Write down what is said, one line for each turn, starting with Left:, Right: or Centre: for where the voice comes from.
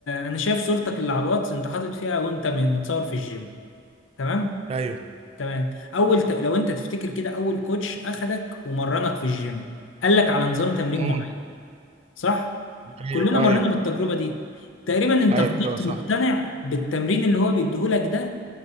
Left: انا شايف صورتك اللي على الواتس انت حاطط فيها وانت م- متصور في الجيم تمام
Right: ايوه
Left: تمام اول ت... لو انت تفتكر كده اول كوتش اخدك ومرنك في الجيم قال لك على نظام تمرين
Right: مم.
Left: معين صح
Right: ايوه
Left: كلنا مرينا
Right: ايوه
Left: بالتجربة دي تقريبا انت
Right: ايوه
Left: فضلت
Right: صح
Left: مقتنع بالتمرين اللي هو بيديهولك ده